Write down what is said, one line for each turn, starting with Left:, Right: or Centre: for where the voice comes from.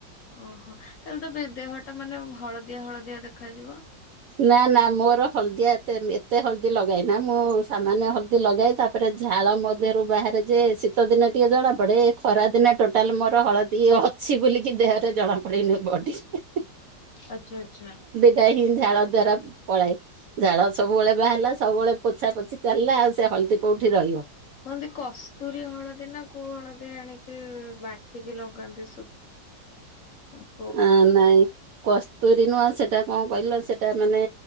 Left: ଓହୋ ତାହେଲେ ତ ଦେହ ଟା ମାନେ ହଳଦିଆ, ହଳଦିଆ ଦେଖାଯିବ?
Right: ନା, ନା ମୋର ହଳଦିଆ ଏତେ ଏତେ ହଳଦୀ ଲଗାଇନା। ମୁଁ ସାମାନ୍ୟ ହଳଦୀ ଲଗାଇ। ତା ତାରେ ଝାଳ ମଧ୍ୟରୁ ବାହାରେ ଯେ ସତ ଦିନ ଟିକେ ଜଣାପଡେ ଖରା ଦିନ ଟୋଟାଲ ମୋର ହଳଦୀ ଅଛି ବଲିକି ଦେହରେ ଜଣାପଡ଼େ କପଡ଼ିନ ବଡିରେ
Left: ଆଚଛା ଆଚ୍ଛା।
Right: ଟା ହିଁ ଝାଳ ଦ୍ଵାରା ପଳାଏ ଝାଳ ସବୁବେଳେ ବାହାରିଲା ସବୁବେଳେ। ପୋଛା ପୋଛି ଚାଲିଲା ଆଉ ସେ ହଳଦୀ କୋଉଠି ରହିବ।
Left: କୁନ୍ତି କସ୍ତୁରୀ ହଳଦୀ ନା କୋଉ ହଳଦୀ ଆଣିକି ବାଟିକି ଲଗାନ୍ତି ହଁ।
Right: ଆ ନାଇଁ କଷ ତୋରି ନୁଆଁ ସେଟା କଣ କହିଲ ସେଇଟା ମାନେ